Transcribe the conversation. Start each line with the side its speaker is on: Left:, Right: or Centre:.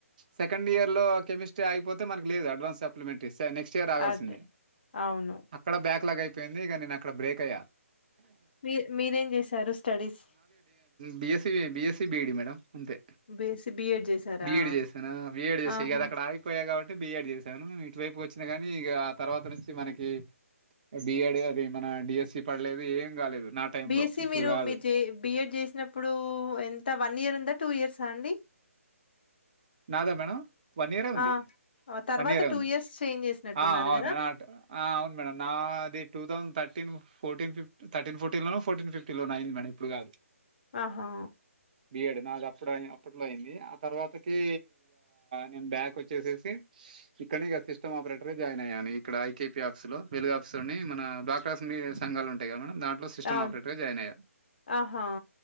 Right: సెకండ్ ఇయర్లో కెమిస్ట్రీ అయిపోతేనకు లేదు అడ్వాస్ సప్లిమెంట్స్తే నెక్స్ట్ ఇయర్ రాగాల్సిందంది
Left: అదే అవును
Right: అక్కడ బ్యాక్ లాగ్ అయిపోయింది ఇక నేను అక్కడ బ్రేక్ అయ్యా
Left: మీ మీరేం చేశారు స్టడీస్
Right: బిఎస్స బిఎస్సీ బిఈడి మేడం. అంతే
Left: బేసి బిఎడ్ చేసారా
Right: బిఎడ్ చేసానా బిఎడ్ చేసే
Left: ఆహా
Right: కదా అక్కడ ఆగిపోయా అంటే బిఆడ్ చేసాను ఇటు వైపు వచ్చినా కాని ఇగా తర్వాత నుంచి మనకి బిఎడ్ అది మన డిఎస్సి పడలేదు ఏం కాలేదు. నా టైం
Left: బిఎస్సీ
Right: లో ఇప్పుడు
Left: మీరు
Right: కాదు
Left: మీరు బిఎడ్ చేసినప్పుడు ఎంత వన్ ఇయర్ ఉందా టూ ఇయర్స్ అండి
Right: నాదా మేడం వన్ ఇయరే ఉంది
Left: ఆ ఆ తర్వాత
Right: వన్ ఇయరే
Left: టూ
Right: ఉంది
Left: ఇయర్స్ చేంజ్ చేసినట్టున్నారు
Right: ఆ అవును
Left: కదా
Right: అవును మేడం నా అది two thousand thirteen fourteen fifty thirteen forty లో ఫోటీన్ ఫిఫ్టీ లో అ మ ఇప్పుడు కాదు
Left: ఆహా
Right: బియడ్ నాకు అప్పుడుయి అప్పట్లో అయింది ఆ తర్వాత ఇ నేను బ్యాక్ వచ్చేసేసి ఇక్కడ ఇక సిస్టమ్ ఆపరేటర్ జాయిన్ అయ్యాను ఇక్కడ ఐకపీ ఆఫీస్ లో వెలుగు ఆఫీస్ లో మన డాక్ర సంఘాలు ఉంటాయి కద మ దాంట్లో సిస్టమ్
Left: అవును
Right: ఆపరేటర్గా జాయిన్ అయ్యా
Left: ఆహా